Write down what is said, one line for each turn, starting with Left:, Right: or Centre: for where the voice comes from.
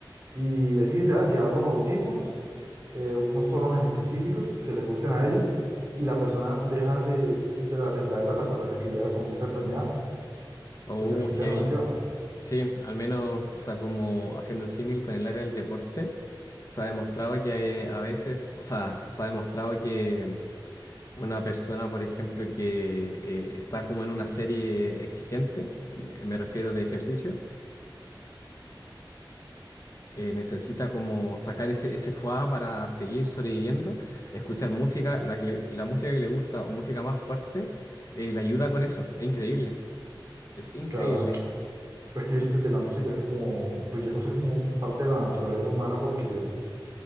Right: y es literal llevar los audífonos, eh, unos tonos en específicos que les gusten a ellos y la persona deja de, de la tembladera tan barraca que lleva con esa enfermedad.
Left: Oh,
Right: O sea, se les quita
Left: heavy.
Right: demasiado.
Left: Sí, al menos, o sea, como haciendo el símil con el área del deporte, se ha demostrado que hay a veces, o sea, se ha demostrado que mm, una persona, por ejemplo, que eh, está como en una serie exigente, m- me refiero de ejercicio, eh, necesita como sacar ese, ese fuá para seguir sobreviviendo, escuchar música, la que le- la música que le gusta o música más fuerte, eh, le ayuda con eso. Es increíble. Es increíble.
Right: Claro, es que, es que yo siento que la música es como, pues yo no sé, es como parte de la naturaleza humana porque